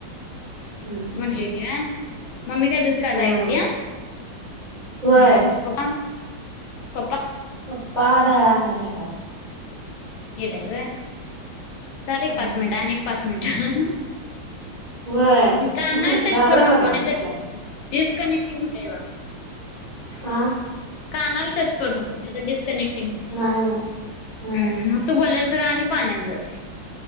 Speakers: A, on the right; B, on the left.
A: हम्म
B: म्हंटली ती व्ह मम्मी काय दूध काढायला
A: हा
B: गेल्या?
A: होय
B: हम्म. पप्पा? पप्पा
A: पप्पा ढाळ आणायला गेलं अस
B: गेल्यात होय? चालेल
A: हम्म
B: पाच मिनिट आणि एक पाच मिनिट
A: व्हय
B: कानाला
A: झालं
B: टच करू नको
A: बघा
B: नाही,
A: कित्यात
B: तर डिस्कनेक्ट तिन होतय बघा.
A: आ?
B: कानाला टच करू नको नाही तर डिस्कनेक्ट हं
A: नाही नाही नाही
B: हं, ‌ मग तू बोललेलं सगळं आणि पाण्यात जाते